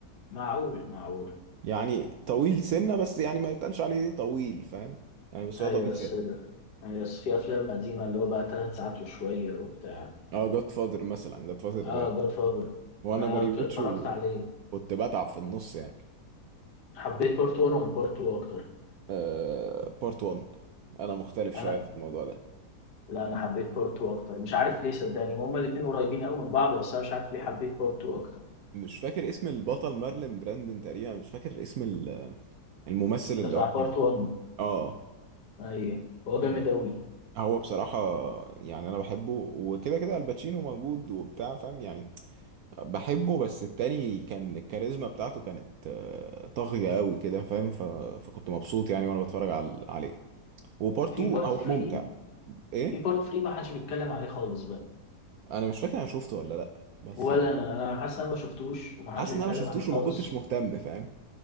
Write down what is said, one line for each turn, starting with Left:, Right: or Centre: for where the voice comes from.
Left: معقول معقول
Right: يعني طويل سنة بس يعني ما يتقالش عليه طويل فاهم يعني بس
Left: أيوة
Right: هو طويل
Left: بس
Right: سنة
Left: أيوة بس في أفلام قديمة اللي هو بقى تلات ساعات وشوية وبتاع
Right: اه جاد فاذر مثلا جاد فاذر
Left: آه جود فاذر
Right: وانا
Left: أنا
Right: بريوتش
Left: اتفرجت
Right: وكنت
Left: عليه
Right: بتعب في النص يعني
Left: حبيت بارت 1 ولا بارت 2 أكتر؟
Right: آه بارت 1 انا مختلف
Left: أنا
Right: شويه في الموضوع ده
Left: لا أنا حبيت بارت 2 أكتر مش عارف ليه صدقني هما الاتنين قريبين أوي من بعض بس أنا مش عارف ليه حبيت بارت 2 أكتر
Right: مش فاكر اسم البطل مارلين براندن تقريبا مش فاكر اسم ال- الممثل اللي
Left: ده بتاع
Right: هو
Left: بارت
Right: كان
Left: 1
Right: اه
Left: أيوة هو جامد
Right: آه،
Left: أوي
Right: هو بصراحه يعني انا بحبه وكده كده الباتشينو موجود وبتاع فاهم يعني بحبه بس التاني كان الكاريزما بتاعته كانت آه، طاغيه قوي كده فاهم ف... فكنت مبسوط يعني وانا بتفرج على... عليه وبارت
Left: في
Right: 2
Left: بارت
Right: هو
Left: 3
Right: ممتع ايه
Left: في بارت 3 ما حدش بيتكلم عليه خالص بقى
Right: انا مش فاكر انا شفته ولا لا بس
Left: ولا
Right: يعني
Left: أنا أنا حاسس إن أنا ما شفتوش وما حدش
Right: حاسس
Left: بيتكلم
Right: ان انا ما شفتوش
Left: عليه خالص
Right: وما كنتش مهتم فاهم